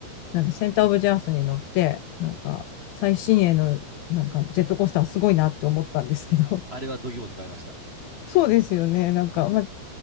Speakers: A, on the left; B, on the right.
A: なんだ、センター・オブ・ジャースに乗って、
B: あ。
A: なんか、最新鋭の、なんか、ジェットコースターすごいなって思ったんですけど。<laughs>
B: あれは度肝抜かれました。
A: そうですよね。なんか、まあ、